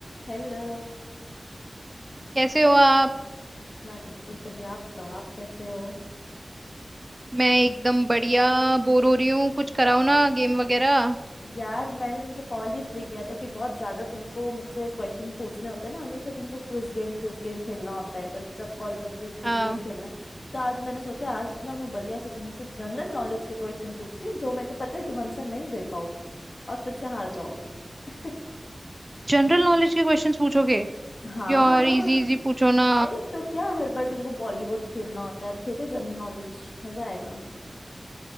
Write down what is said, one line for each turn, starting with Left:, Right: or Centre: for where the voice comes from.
Left: Hello
Right: कैसे हो आप
Left: मैं बिल्कुल बढ़िया आप बताओ आप कैसे हो
Right: मैं एकदम बढ़िया बोर हो रही हूँ कुछ कराओ ना गेम वगैरह
Left: यार मैंने तुमको कॉल इसलिए किया था कि बहुत ज्यादा तुमको मुझसे क्वेश्चंस पूछने होते हैं ना हमेशा तुमको क्विज गेम क्विज गेम खेलना होता है बस जब कॉल करती हूँ क्विज
Right: हाँ
Left: गेम खेलना तो आज मैंने सोचा आज ना मैं बढ़िया से तुमसे जनरल नॉलेज के क्वेश्चन पूछती हूँ जो मेरे को पता है तुम आंसर नहीं दे पाओगी और फिर से हार जाओगी <laughs>
Right: जनरल नॉलेज के क्वेश्चंस पूछोगे
Left: हाँ
Right: यार इजी इजी पूछो ना
Left: नहीं तो क्या हर बार तुमको बॉलीवुड खेलना होता है अब खेलो जनरल नॉलेज मजा आएगा